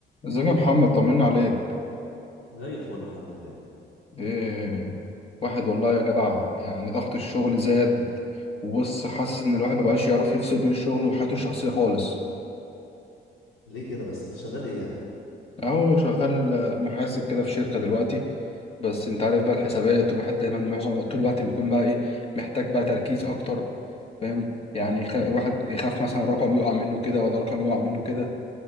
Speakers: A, on the left; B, on the left.
A: ازيك يا محمد طمنا عليك
B: زي الفل الحمد لله
A: ايه واحد والله يا جدع يعني ضغط الشغل زاد وبص حاسس ان الواحد مبقاش يعرف يفصل بين الشغل وحياته الشخصية خالص
B: ليه كده بس انت شغال ايه يا عم
A: اهو شغال آه، محاسب كده في شركة دلوقتي بس انت عارف بقى الحسابات والواحد دايما معظم طول الوقت بيكون بقى ايه محتاج بقى تركيز اكتر فاهم يعني يخ... واحد
B: امم
A: يخاف مثلا رقم يقع منه كده ولا رقم يقع منه كده